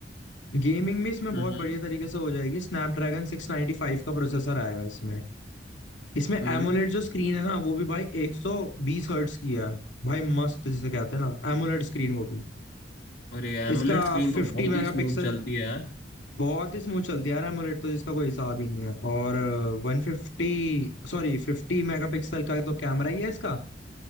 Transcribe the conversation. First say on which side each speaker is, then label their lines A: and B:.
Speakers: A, on the left; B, on the left.
A: गेमिंग भी इसमें बहुत
B: हम्म
A: बढ़िया तरीके से हो जाएगी स्नैपड्रैगन सिक्स नाइन्टी फाइव का प्रोसेसर आएगा इसमें इसमें
B: हम्म
A: एमोलेड जो स्क्रीन है ना वो भी भाई एक सौ बीस हर्ट्स की है भाई मस्त जिसे कहते हैं ना एमोलेड स्क्रीन वो भी
B: अरे एमुलेट
A: इसका
B: स्क्रीन
A: फिफ्टी
B: तो बहुत
A: मेगापिक्सल
B: ही स्मूथ चलती है यार
A: बहुत ही स्मूथ चलती है यार AMOLED तो जिसका कोई हिसाब ही नहीं है और वन फिफ्टी सॉरी फिफ्टी मेगापिक्सल का तो कैमरा ही है इसका